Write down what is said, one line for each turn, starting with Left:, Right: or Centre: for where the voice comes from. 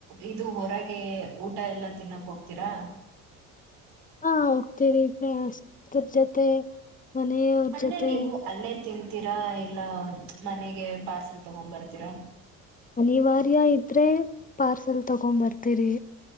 Right: ಇದು ಹೊರಗೆ ಊಟ ಎಲ್ಲಾ ತಿನ್ನಕ್ ಹೋಗ್ತೀರಾ
Left: ಹಾ ಹೋಗ್ತಿೀರಿ ಪ್ರಯಾಸ ಅದರ ಜೊತೆ ಮನೆಯ ಅವ್ರ
Right: ಅಂದ್ರೆ
Left: ಜೊತೆ
Right: ನೀವು ಅಲ್ಲೇ ತಿಂತೀರಾ ಇಲ್ಲ ಮನೆಗೆ ಪಾರ್ಸೆಲ್ ತಗೊಂಡ್ ಬರ್ತೀರಾ
Left: ಅನಿವಾರ್ಯ ಇದ್ರೆ ಪಾರ್ಸಲ್ ತಗೊಂಬ ಬರ್ತೀರಿ